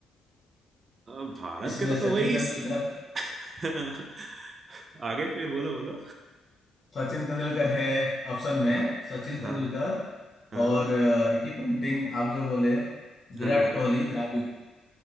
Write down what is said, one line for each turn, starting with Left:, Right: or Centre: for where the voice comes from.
Right: अब भारत
Left: इसमें
Right: के तो तो
Left: सचिन
Right: वही
Left: तेंदुलकर
Right: इस... <laughs> आगे फिर बोलो बोलो
Left: सचिन तेंदुलकर है ऑप्शन में
Right: हाँ
Left: सचिन
Right: हाँ
Left: तेंदुलकर
Right: हाँ
Left: और अ, रिकी पंटिंग आप जो बोले
Right: हाँ
Left: विराट
Right: हाँ।
Left: कोहली द्राविड